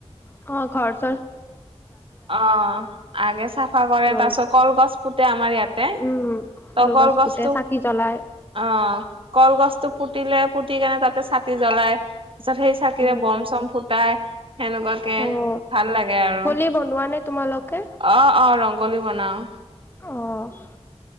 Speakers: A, on the left; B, on the right.
A: অ ঘৰত
B: অ, আগে চাফা কৰে।
A: আৰু
B: তাৰ ছত কলগছ পুতে আমাৰ ইয়াতে।
A: উম,
B: ত
A: কলগছ
B: কলগছটো,
A: পুতে চাকি জ্বলাই
B: অ। কলগছটো পুতিলে, পুতি কেনে তাতে চাকি জ্বলাই, তাৰ পিছত সেই চাকিৰে
A: উম,
B: বম চম ফুটাই, সেনেকুৱাকে,
A: আৰু
B: ভাল লাগে আৰু।
A: <unintelligible> বনোৱা নে তোমালোকে।
B: অ', অ', ৰংগলী বনাও।
A: অ',